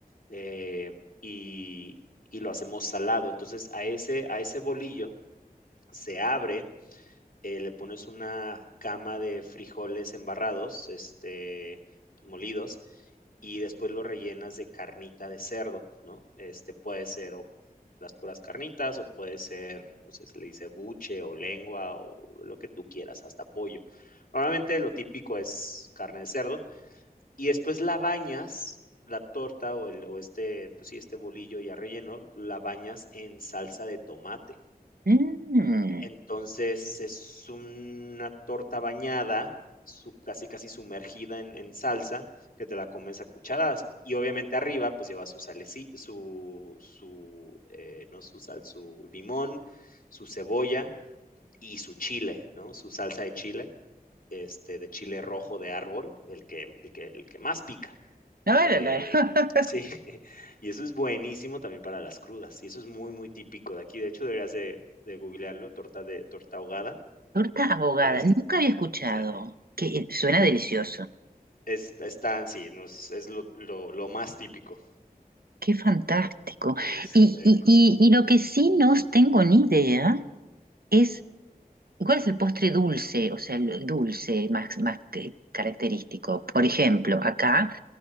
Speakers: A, on the left; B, on the right.
A: eh, y, y lo hacemos salado. Entonces a ese, a ese bolillo se abre eh, le pones una cama de frijoles embarrados, este, pues, molidos, y después lo rellenas de carnita de cerdo, ¿no? Este puede ser o las puras carnitas o puede ser, no sé, se le dice buche o lengua o lo que tú quieras, hasta pollo. Normalmente lo típico es carne de cerdo y después la bañas, la torta o, el, o este, pues sí, este bolillo ya relleno, la bañas en salsa de tomate.
B: Mm.
A: Entonces, es una torta bañada, sub casi, casi sumergida en en salsa, que te la comes a cucharadas. Y obviamente arriba, pues lleva su saleci su su, eh, no su sal, su limón, su cebolla y su chile, ¿no? Su salsa de chile, este, de chile rojo de árbol, el que el que el que más pica.
B: No,
A: Eh,
B: no, no.
A: sí,
B: <laughs>
A: <laughs> y eso es buenísimo también para las crudas, y eso es muy, muy típico de aquí. De hecho, deberías de de googlearlo, torta de torta ahogada.
B: Torta abogada,
A: Es
B: nunca había escuchado.
A: sí,
B: Que suena delicioso.
A: es están sí, nos es es lo lo lo más típico,
B: Qué fantástico.
A: este,
B: Y,
A: pero
B: y, y,
A: sí.
B: y lo que sí no tengo ni idea Es, ¿cuál es el postre dulce? O sea, el el dulce más, más que- característico. Por ejemplo, acá